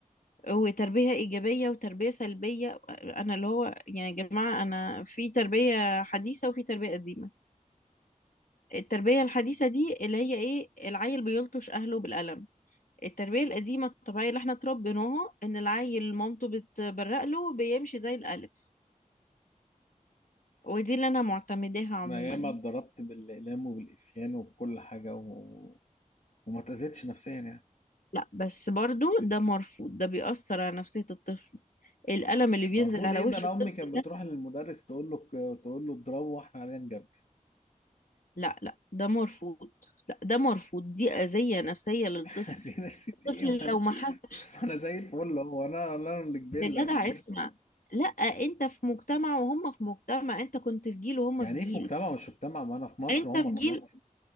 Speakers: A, on the left; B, on the left.
A: وتربية إيجابية وتربية سلبية أنا اللي هو يعني يا جماعة أنا في تربية حديثة وفي تربية قديمة التربية الحديثة دي اللي هي إيه العيل بيلطش أهله بالقلم التربية القديمة الطبيعية اللي احنا اتربيناها إن العيل مامته بتبرق له بيمشي زي الألف ودي اللي أنا معتمداها عموما
B: انا ياما اتضربت بالاقلام وبالافيان وبكل حاجه و... وما اتاذيتش نفسيا يعني
A: لا بس برضو ده مرفوض ده بيأثر على نفسية الطفل القلم اللي بينزل
B: المفروض
A: على
B: ايه
A: وش
B: ده انا
A: الطفل
B: امي كانت بتروح
A: ده
B: للمدرس تقول له تقول له اضربه واحنا علينا نجبس
A: لا لا ده مرفوض لا ده مرفوض دي أذية نفسية للطفل
B: هذه نفسي ايه
A: الطفل
B: ما انا
A: لو ما حسش
B: ما انا زي الفل هو انا انا اللي كبيرة
A: يا جدع
B: ولا ايه
A: اسمع لا انت في مجتمع وهم في مجتمع انت كنت في جيل وهم
B: يعني
A: في جيل
B: ايه في مجتمع مش مجتمع ما انا في مصر
A: انت
B: وهم
A: في
B: في
A: جيل
B: مصر